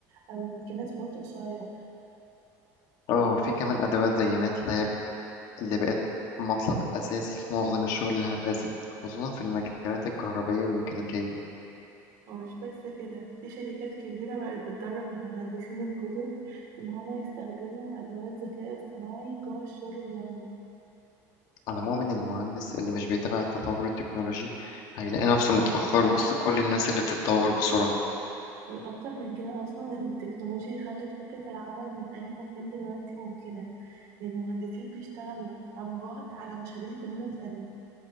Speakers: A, on the right (about 50°); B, on the left (about 50°).
A: او الماكينات في وقت قصير
B: اه في كمان أدوات زي ماتلاب اللي بقت مطلب أساسي في معظم الشغل الهندسي خصوصا في المجالات الكهربائية والميكانيكية
A: ومش بس كده في شركات كبيره بقت بتدرب المهندسين الجدد ان هما يستخدموا ادوات ذكاء اصطناعي جوه الشغل اليومي
B: على العموم إن المهندس اللي مش بيتابع التطور التكنولوجي هيلاقي نفسه متأخر وسط كل الناس اللي بتتطور بسرعة
A: والأكتر من كده أصلا إن التكنولوجيا خلت فكرة العمل من أي مكان دلوقتي ممكنة يعني مهندسين بيشتغلوا عن بعد على مشاريع في دول تانية